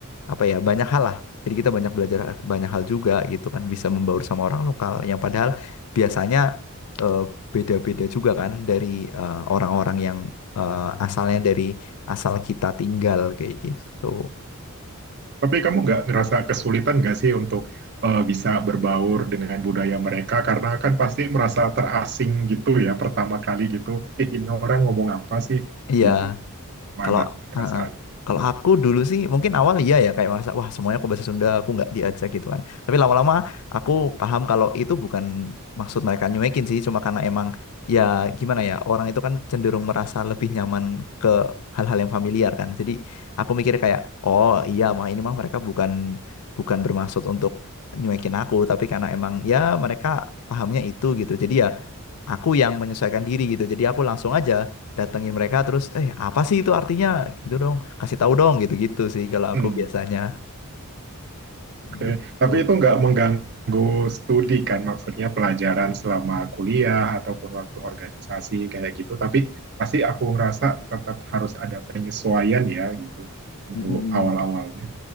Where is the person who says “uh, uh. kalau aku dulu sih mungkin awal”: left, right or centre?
Left